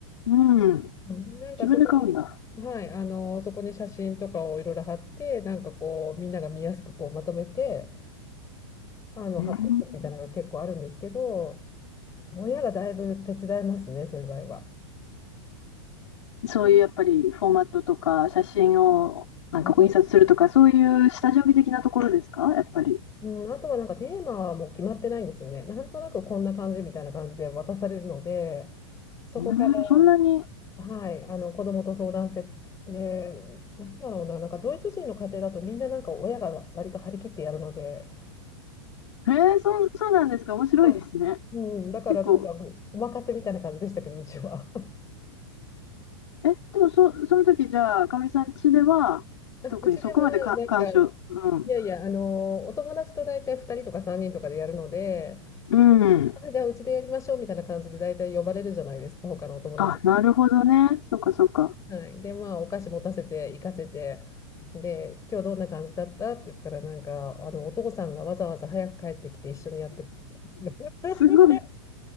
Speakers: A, on the left; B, on the left.
A: うん、
B: うんなんかそこに、
A: 自分で買うんだ。
B: はい、あの、そこに写真とかをいろいろ貼って、なんかこう、みんなが見やすくこうまとめて、あの発表するみたいなのが結構あるんですけど、
A: うん
B: 親がだいぶ手伝いますね、そういう場合は。
A: そういうやっぱりフォーマットとか写真をなんかこう印刷するとかそういう下準備的なところですかやっぱり。
B: はいうん、あとはなんかテーマはもう決まってないんですよね。なんとなくこんな感じみたいな感じで渡されるので、そこから、
A: うん、そんなに。
B: はい、あの子供と相談して、で、なんだろうな、なんかドイツ人の家庭だとみんななんか親が割と張り切ってやるので、
A: えー、そん、そうなんですか面白いですね。
B: はい、うん、だからなんかもうお任せみたいな感じでしたけど、
A: 結構
B: うちは。
A: え、でもそ、その時じゃあ、かおりさん家では、
B: <laughs>
A: 特にそこまでか干渉、
B: うちではなんか、い
A: うん。
B: やいや、あのお友達と大体2人とか3人とかでやるので、
A: うん。
B: あ、じゃあうちでやりましょうみたいな感じで大体呼ばれるじゃないですか、他のお友達も。
A: あ、なるほどね。そっかそっか。
B: はい。で、まあ、お菓子持たせて、行かせて、で、今日どんな感じだったって言ったら、なんか、あの、お父さんがわざわざ早く帰ってきて一緒にやってくれた
A: すごい、